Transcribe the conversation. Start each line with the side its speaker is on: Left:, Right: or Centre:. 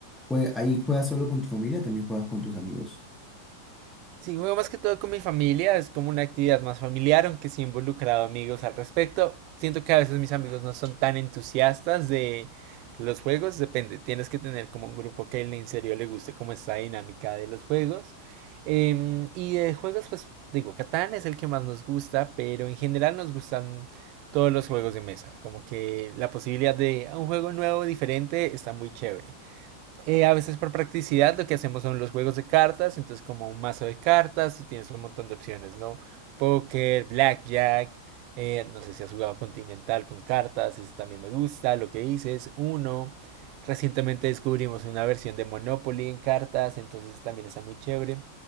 Centre: jue- ahí juegas solo con tu familia o también juegas con tus amigos?
Right: Sí, juego más que todo con mi familia, es como una actividad más familiar, aunque sí he involucrado amigos al respecto. Siento que a veces mis amigos no son tan entusiastas de los juegos, depende, tienes que tener como un grupo que en serio le guste como esta dinámica de los juegos. Em, y de juegos, pues digo, Catán es el que más nos gusta, pero en general nos gustan todos los juegos de mesa, como que la posibilidad de un juego nuevo, diferente, está muy chévere. Eh, a veces por practicidad lo que hacemos son los juegos de cartas, entonces como un mazo de cartas, tú tienes un montón de opciones, ¿no? Póker, blackjack, eh, no sé si has jugado continental con cartas, eso también me gusta, lo que hice es uno. Recientemente descubrimos una versión de Monopoly en cartas, entonces también está muy chévere.